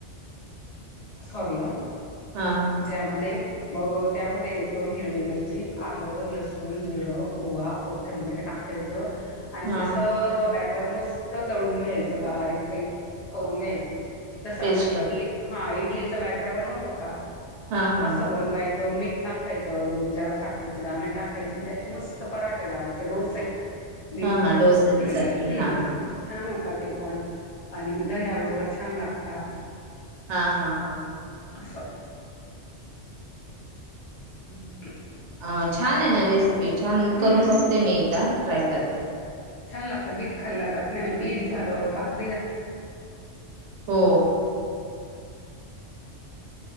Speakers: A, on the left; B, on the right.
A: सॉरी अ
B: हा हा
A: त्यामध्ये मग त्यामध्ये एक दोन हिरवी मिरची, आलं, लसूण, जिरं, ओवा, कोथिंबीर टाकायची. टाकायच. आणि
B: हा
A: ती सर्व बॅटर मस्त दळून घ्यायचं बारीक पेस्ट करून घ्यायची. तसं
B: पेस्ट
A: आपण इडली हा इडलीचं बॅटर बनवतो का.
B: हा हा
A: असं
B: हा
A: बनवायचं मी ठ टाकायचं दोन चार साखरीचे धाणे टाकायचे आणि त्याचे मस्त पराठे लावायचे डोसे. बीट
B: हा हा
A: चे
B: डोसेंसारखे
A: हम्म.
B: हा हा
A: छान होता ते पण आणि दह्या बरोबर छान लागता.
B: हा हा हा.
A: अससम. हम्म.
B: अ छान आहे ना रेसिपी छान
A: हम्म
B: करून बघते मी एकदा ट्राय करते.
A: छान लागत बीट खाल्ला जात नाही ना बीट झालं काकडी झा.
B: हो.